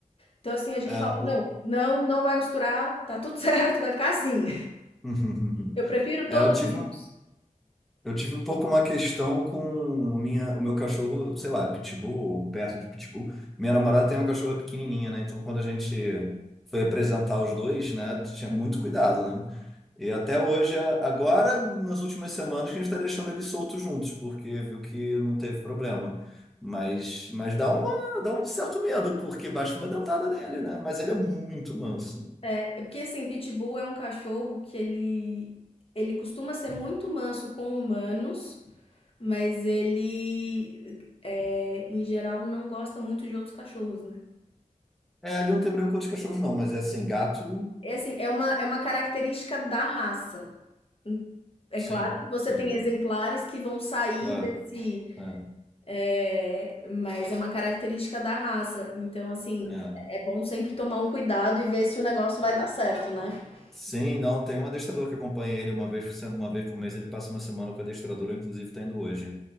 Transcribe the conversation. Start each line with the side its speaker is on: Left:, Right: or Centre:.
Left: Então, assim, a gente
Centre: É,
Left: fala:
Centre: o...
Left: não, não, não vai misturar, tá tudo <laughs> certo, vai ficar assim.
Centre: <laughs>
Left: Eu prefiro
Centre: É,
Left: todos
Centre: eu tive.
Left: vivos.
Centre: um Eu tive um pouco uma questão com o minha, o meu cachorro, sei lá, pitbull, ou perto de pitbull. Minha namorada tem uma cachorra pequenininha, né? Então, quando a gente foi apresentar os dois, né, tinha muito cuidado, né? E até hoje, a- agora, nas últimas semanas, que a gente está deixando eles soltos juntos, porque viu que não teve problema. Mas, mas dá uma, dá um certo medo, porque basta uma dentada dele, né? Mas ele é muito manso.
Left: É, é porque, assim, Pitbull é um cachorro que ele. Ele costuma ser muito manso com humanos, mas ele, é, em geral, não gosta muito de outros cachorros, né?
Centre: É, ele não tem problema com outros cachorros, não, mas é assim, gato,
Left: É assim, é uma é uma característica da raça. Hum, é
Centre: sim,
Left: claro que você
Centre: sim,
Left: tem exemplares que vão sair
Centre: claro.
Left: desse,
Centre: É,
Left: eh, mas é uma característica da raça. Então, assim,
Centre: é.
Left: é é bom sempre tomar um cuidado e ver se o negócio vai dar certo, né. <laughs>
Centre: Sim, não, tem um adestrador que acompanha ele uma vez por, se- uma vez por mês, ele passa uma semana com o adestrador, eu, inclusive está indo hoje.